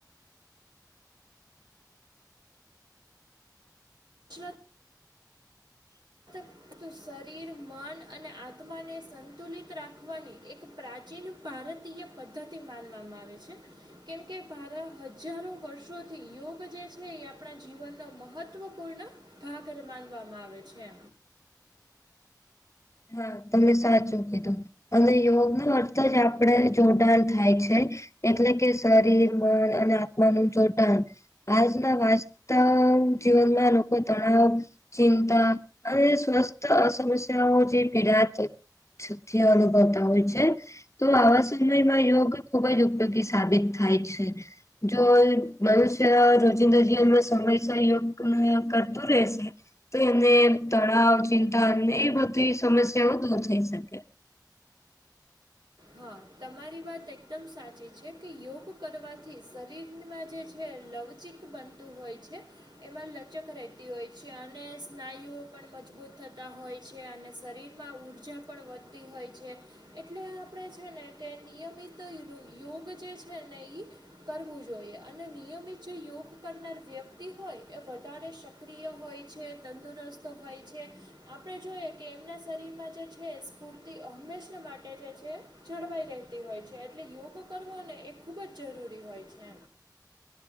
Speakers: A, on the right; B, on the left.
A: <unintelligible> ત તું શરીર મન અને આત્માને સંતુલિત રાખવાની એક પ્રાચીન ભારતીય પદ્ધતિ માનવામાં આવે છે. કેમકે ભારા હજારો વર્ષોથી યોગ જે છે એ આપડા જીવનનો મહત્વપૂર્ણ ઘાઘર માનવામાં આવે છે.
B: હા તમને સાચું કીધું. અને યોગનો અર્થ જ આપડે જોડાણ થાય છે. એટલે કે શરીર મન અને આત્માનું જોડાન. આજના વાસ્તવ જીવનમાં લોકો તણાવ ચિંતા અને સ્વસ્થ અહ સમસ્યાઓ જે પીડા તે સથી અનુભવતા હોય છે. તો આવા સમયમાં યોગ ખુબ જ ઉપયોગી સાબિત થાય છે. જો મનુષ્ય રોજિંદાજીવનમાં સમયસ યોગ ના કરતું રેહશે તો એમને તણાવ ચિંતા અને એ બધી સમસ્યાઓ દૂર થઈ શકે.
A: હા, તમારી વાત એકદમ સાચી છે કે યોગ કરવાથી શરીરમાં જે છે લવચી બનતું હોય છે. એમાં લચક રહેતી હોય છે અને સ્નાયુઓ પણ મજબૂત થતા હોય છે અને શરીરમાં ઊર્જા પણ વધતી હોય છે એટલે આ આપડે છે ને તે નિયમિત યુ યોગ જે છે ને ઈ કરવું જોઈએ અને નિયમિત જે યોગ કરનાર વ્યક્તિ હોય એ વધારે શ ક્રિયા હોય છે, તંદુરસ્ત હોય છે આપડે જોઈએ કે એમના શરીરમાં જે છે સ્ફૂર્તિ હંમેશા માટે જે છે જળવાઈ રહેતી હોય છે એટલે યોગ કરવો ને એ ખૂબ જ જરૂરી હોય છે.